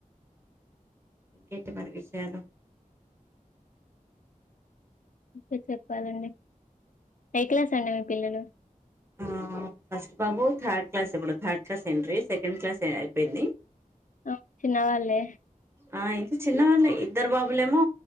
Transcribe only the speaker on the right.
ఇంకేటి మరి విషాయాలు
ఆ ఫస్ట్ బాబు థర్డ్ క్లాస్ ఇప్పుడు థర్డ్ క్లాస్ ఏంట్రీ సెకండ్ క్లాస్ అయిపోయింది.
ఆ అయితే చిన్న వాళ్ళు ఇద్దరు బాబులే ఏమో